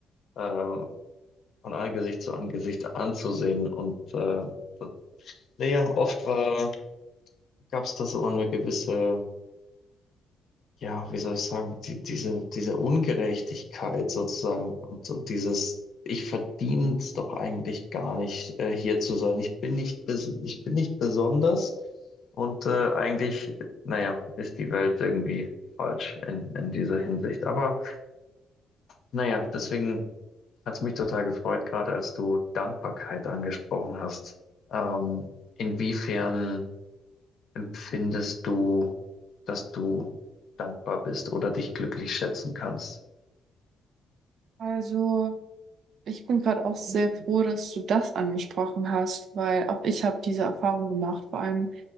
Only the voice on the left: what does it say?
ähm, von Angesicht zu Angesicht anzusehen. Und äh, das, naja, oft war, gab es da so eine gewisse ja, wie soll ich sagen, die, diese, diese Ungerechtigkeit sozusagen und, und dieses, ich verdiene es doch eigentlich gar nicht, äh, hier zu sein. Ich bin nicht, bes- ich bin nicht besonders und äh, eigentlich, naja, ist die Welt irgendwie falsch in, in dieser Hinsicht. Aber naja, deswegen hat es mich total gefreut, gerade als du Dankbarkeit angesprochen hast. Ähm, inwiefern empfindest du, dass du dankbar bist oder dich glücklich schätzen kannst?